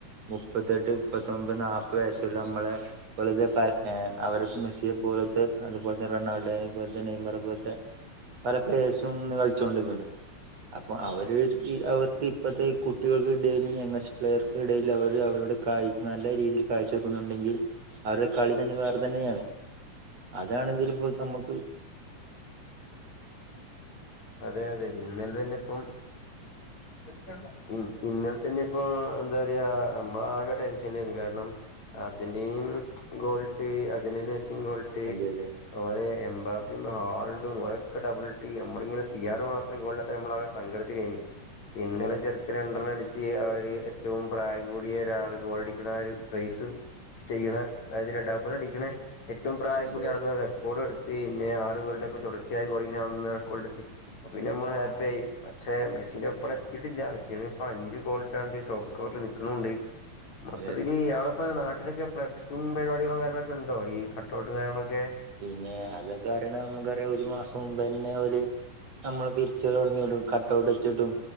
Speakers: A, on the right; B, on the left.
A: മുപ്പത്തെട്ട് മുപ്പത്തൊമ്പത് നാല്പ്പത് വയസുള്ള നമ്മളെ ഏ അവർപ്പോ മെസ്സിയെ പോലത്തെ അതുപോലെ തന്നെ റൊണാൾഡോനെ പോലെ തന്നെ നെയ്മറ പോലത്തെ പല പ്ലയേസും ന്ന് കളിച്ചുകൊണ്ടിക്ക്ണ്ട് അപ്പൊ അവര് അവർക്ക് ഇപ്പത്തെ കുട്ടികൾക്കെ ടീൽ യങ്ങസ്റ്റ് പ്ലെയർക്കിടയിൽ അവര് അവരുടെ കാഴ്ച നല്ല രീതിയിൽ കാഴ്ച വെക്കുന്നുണ്ടെങ്കിൽ അവരെ കളി തന്നെ വേറെ തന്നെയാണ്. അതാണെങ്കിലിപ്പോ നമ്മക്ക്
B: അതെ അതെ ഇന്നലെ തന്നെ ഇപ്പം ഇന്നെത്തെ ണ്ടോ? ഇന്നൽത്തന്നെപ്പോ എന്താ പറയാ നമ്മള ആകെ ടെൻഷൻലായിരുന്നു കാരണം അർജന്റീനയും ഗോൾട്ട് അർജന്റീന സ്സിം ഗോള്ട്ട്
A: അതെ അതെ
B: അതുപോലെ എംബാപ്പിം ഹാളണ്ടും ഓലൊക്കെ ഡബിൾട്ട് ഞമ്മളിങ്ങനെ സ് സി ആറ് മാത്രം ഗോള്ടാത്ത നമ്മള ആ കെ സങ്കടത്തിലേനി പക്ഷ ഇന്നലെ ചെറുക്കൻ രണ്ടെണ്ണം അടിച്ച് അവര് ഏറ്റവും പ്രായം കൂടിയ ഒരാൾ ഗോൾടിക്കുന്ന ഒരു ബ്രൈസ്- സ് ചെയ്യണ അതായത് ഡബിൾ അടിക്ക ഏറ്റവും പ്രായം
A: അതെ
B: കൂടിയ ആൾ ന്ന റെക്കോർഡും ടെത്ത് പിന്നെ ആറ് വേൾഡ്പ്പ് തുടർച്ചായി ഗോളടിക്ക്ണന്ന റെക്കോർഡെടുത്തി അപ്പ പിന്ന നമ്മള് ഹാപ്പി ആയി. പക്ഷെ മെസ്സിൻ്റെപ്പടെ എത്തിട്ടില്ല. മെസ്സ്യാണ് അഞ്ച് ഗോള്ട്ടാണ്ട് ടോപ്സ്കോ നിക്ക്ണൂണ്ട് മൊത്തത്തില്
A: അതെ
B: അവിടെപ്പോ നാട്ടിലൊക്കെ ഫ്ലക്സും പരിപാട്യാളും കാര്യങ്ങളൊക്കെ ഉണ്ടോ ഈ കട്ട്ഔട്ടും കാര്യങ്ങളൊക്കെ
A: പിന്നെ അതൊക്കെ അറിയണം നമുക്കറിയാം ഒരു മാസം മുമ്പന്നെ ഒരു നമ്മള് പിരിച്ചലൊട്ങ്ങീട്ടും കട്ടൗട്ടെച്ചിട്ടും